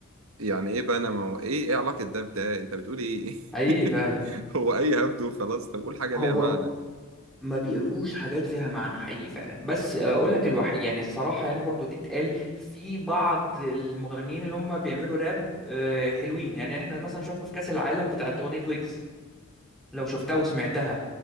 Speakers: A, on the right; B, in the centre.
A: يعني ايه بنما وايه ايه علاقه ده بده انت بتقول ايه
B: حقيقي
A: <laughs>
B: فعلا
A: هو اي هبد وخلاص طب قول حاجه
B: هو
A: ليها معنى
B: ما بيقولوش حاجات فيها معنى حقيقي فعلا بس اقول لك الوحيد يعني الصراحه يعني برضو تتقال في بعض المغنيين اللي هم بيعملوا راب آه، حلوين يعني احنا مثلا شفنا في كاس العالم بتاعت اغنيه ويجز لو شفتها وسمعتها